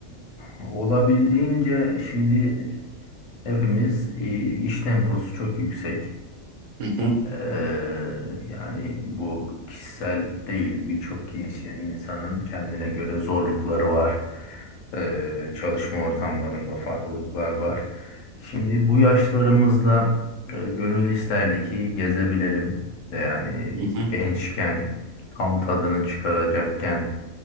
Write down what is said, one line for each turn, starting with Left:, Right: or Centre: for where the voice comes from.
Left: e, olabildiğince şimdi hepimiz e, iş temposu çok yüksek.
Right: Hı hı,
Left: Eee, yani bu kişisel değil birçok kişi insanın kendine göre zorlukları var. Eee, çalışma ortamlarında farklılıklar var. Şimdi bu yaşlarımızda e, gönül isterdi ki gezebilelim. E, Yani
Right: hı hı,
Left: gençken tam tadını çıkaracakken